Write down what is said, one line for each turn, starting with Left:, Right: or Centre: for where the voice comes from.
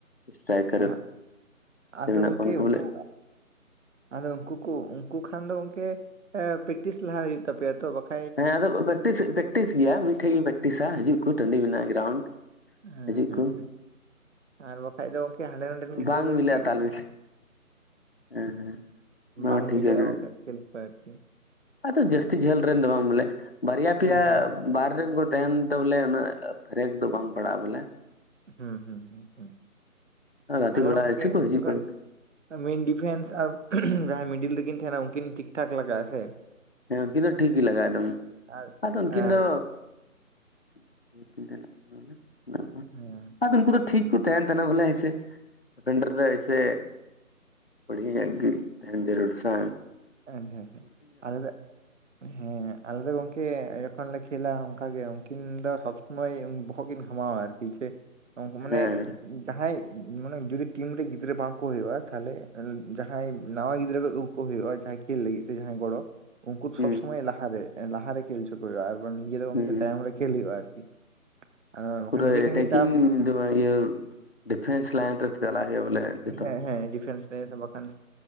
Left: <unintelligible>
Right: ᱦᱮᱸ ᱟᱫᱚ
Left: ᱥᱮ ᱢᱮᱱᱟᱜ
Right: ᱜᱚᱢᱠᱮ
Left: ᱠᱚᱣᱟ
Right: ᱩᱱᱠᱩ
Left: ᱵᱚᱞᱮ
Right: ᱟᱫᱚ ᱩᱱᱠᱩ ᱠᱚ ᱩᱱᱠᱩ ᱠᱷᱟᱱ ᱫᱚ ᱜᱚᱢᱠᱮ ᱯᱮᱠᱴᱤᱥ ᱞᱟᱦᱟ ᱦᱩᱭᱩᱜ ᱛᱟᱯᱮᱭᱟ ᱛᱚ ᱵᱟᱠᱷᱟᱱ
Left: ᱦᱮᱸ ᱟᱫᱚ ᱯᱮᱠᱴᱤᱥ ᱯᱮᱠ ᱴᱤᱥ ᱜᱮᱭᱟ ᱢᱤᱫᱴᱷᱮᱱ ᱜᱮ ᱯᱮᱠᱴᱤᱥᱟ ᱦᱤᱡᱩᱜ ᱠᱚ ᱴᱟᱺᱰᱤ ᱢᱮᱱᱟᱜᱼᱟ᱾ ᱜᱨᱟᱣᱩᱱᱰ
Right: ᱦᱮᱸ
Left: ᱦᱤᱡᱩᱜ
Right: ᱦᱮᱸ
Left: ᱠᱚ
Right: ᱦᱮᱸ ᱟᱨ ᱵᱟᱝᱠᱷᱟᱡ ᱫᱚ ᱜᱚᱢᱠᱮ ᱦᱟᱸᱰᱮ ᱱᱟᱰᱮᱱ ᱜᱤᱫᱽᱨᱟᱹ
Left: ᱵᱟᱝ
Right: ᱫᱚ
Left: ᱢᱤᱞᱟᱹᱜᱼᱟ
Right: ᱠᱟᱹᱴᱤᱡ
Left: ᱛᱟᱞᱢᱤᱞ ᱦᱮᱸ ᱱᱚᱣᱟ
Right: ᱵᱟᱝ
Left: ᱴᱷᱤᱠ
Right: ᱢᱤᱞᱟᱹᱜᱼᱟ
Left: ᱦᱮᱸ
Right: ᱵᱟᱠᱷᱟᱡ ᱠᱷᱮᱞ ᱠᱚ ᱟᱨᱠᱤ
Left: ᱟᱫᱚ ᱡᱟᱹᱥᱛᱤ ᱡᱷᱟᱹᱞ ᱨᱮᱱ ᱫᱚ ᱵᱟᱝ ᱵᱚᱞᱮ ᱵᱟᱨᱭᱟ ᱯᱮᱭᱟ,
Right: ᱦᱮᱸ ᱦᱮᱸ
Left: ᱵᱟᱭᱨᱮ ᱨᱮᱱ ᱠᱚ ᱛᱟᱦᱮᱱ ᱛᱮ ᱵᱚᱞᱮ ᱩᱱᱟᱹᱜ ᱯᱷᱟᱨᱟᱠ ᱫᱚ ᱵᱟᱝ ᱯᱟᱲᱟᱜᱼᱟ ᱵᱚᱞᱮ᱾
Right: ᱦᱩᱸ ᱦᱩᱸ
Left: ᱜᱟᱛᱮ
Right: ᱟᱫᱚ
Left: ᱵᱟᱲᱟ
Right: ᱜᱚᱢᱠᱮ
Left: ᱤᱪᱪᱷᱟᱹ ᱠᱚ ᱦᱤᱡᱩᱜ
Right: ᱚᱱᱠᱟ
Left: ᱠᱟᱱᱟ
Right: ᱢᱮᱱ ᱰᱤᱯᱷᱮᱱᱥ ᱟᱨ ᱡᱟᱦᱟᱸᱭ ᱢᱤᱰᱤᱞ ᱨᱮᱠᱤᱱ ᱛᱟᱦᱮᱱᱟ᱾ ᱩᱱᱠᱤᱱ ᱴᱷᱤᱠᱴᱷᱟᱠ ᱞᱟᱜᱟᱜ-ᱟ ᱥᱮ,
Left: ᱦᱮᱸ ᱩᱱᱠᱤᱱ ᱫᱚ ᱴᱷᱤᱠ ᱜᱮ ᱞᱟᱜᱟᱜᱼᱟ᱾ ᱮᱠᱫᱚᱢ
Right: ᱟᱨ
Left: ᱟᱫᱚ ᱩᱱᱠᱤᱱ
Right: ᱟᱨ
Left: ᱫᱚ <unintelligible> ᱠᱚᱣᱟ
Right: ᱦᱮᱸ
Left: ᱟᱫᱚ ᱩᱱᱠᱩ ᱫᱚ ᱴᱷᱤᱠ ᱠᱚ ᱛᱟᱦᱮᱱ ᱛᱟᱦᱮᱸ ᱵᱚᱞᱮ ᱦᱮᱸᱥᱮ, ᱩᱭᱤᱱᱰᱟᱨ ᱦᱮᱸᱥᱮ ᱯᱟᱲᱤᱧᱟᱜ ᱜᱮ ᱛᱟᱦᱮᱱ ᱡᱟᱹᱨᱩᱲ ᱥᱮᱸ
Right: <unintelligible> ᱦᱮ‌ᱸ ᱟᱞᱮ ᱫᱚ ᱦᱮᱸ ᱟᱞᱮ ᱫᱚ ᱜᱚᱢᱠᱮ ᱡᱚᱠᱷᱚᱱ ᱞᱮ ᱠᱷᱮᱞᱟ᱾ ᱚᱱᱠᱟᱜ ᱜᱮ ᱩᱱᱠᱤᱱ ᱫᱚ ᱥᱚᱵᱽ ᱢᱚᱭ ᱵᱚᱦᱚᱜ ᱠᱤᱱ ᱜᱷᱟᱢᱟᱣᱟ ᱟᱨᱠᱤ ᱡᱮ, ᱩᱱᱠᱩ ᱢᱟᱱᱮ
Left: ᱦᱮᱸ
Right: ᱡᱟᱦᱟᱸᱭ ᱢᱟᱱᱮ ᱡᱚᱫᱤ ᱴᱤᱢ ᱨᱮ ᱜᱤᱫᱽᱨᱟᱹ ᱵᱟᱝ ᱠᱚ ᱦᱳᱭᱳᱜᱼᱟ᱾ ᱛᱟᱦᱞᱮ ᱡᱟᱦᱟᱸᱭ ᱱᱟᱣᱟ ᱜᱤᱫᱽᱨᱟᱹ ᱠᱚ ᱟᱹᱜᱩ ᱦᱩᱭᱩᱜᱼᱟ, ᱡᱟᱦᱟᱸ ᱠᱷᱮᱞ ᱞᱟᱹᱜᱤᱫ ᱛᱮ ᱡᱟᱦᱟᱸᱭ ᱜᱚᱲᱚ, ᱩᱱᱠᱩ ᱫᱚ
Left: ᱦᱩᱸ
Right: ᱥᱚᱵᱽ ᱥᱚᱢᱚᱭ ᱞᱟᱦᱟᱨᱮ ᱞᱟᱦᱟ ᱨᱮ ᱠᱷᱮᱞ ᱦᱚᱪᱚ ᱦᱳᱭ ᱟᱨᱵᱟᱨ ᱱᱤᱡᱮᱨ ᱫᱚ ᱜᱚᱝᱠᱮ
Left: ᱦᱩᱸ
Right: ᱛᱟᱭᱚᱢ ᱨᱮ ᱠᱷᱮᱞ ᱦᱩᱭᱩᱜᱼᱟ ᱟᱨᱠᱤ᱾ ᱟᱨ ᱵᱟᱠᱷᱟᱱ
Left: ᱯᱩᱨᱟᱹ
Right: ᱱᱤᱡᱮ ᱴᱷᱮᱱ
Left: ᱮᱴᱮᱠᱤᱝ
Right: ᱜᱮ ᱪᱟᱯ
Left: ᱤᱭᱟᱹ ᱰᱤᱯᱷᱮᱱᱥ ᱞᱟᱭᱤᱱ ᱨᱮ ᱪᱟᱞᱟᱜ ᱦᱩᱭᱩᱜᱼᱟ ᱵᱚᱞᱮ᱾ ᱡᱚᱛᱚ
Right: ᱦᱮᱸ ᱦᱮᱸ ᱰᱤᱯᱷᱮᱱᱥ ᱞᱟᱤᱱᱨᱮ ᱵᱟᱠᱷᱟᱱ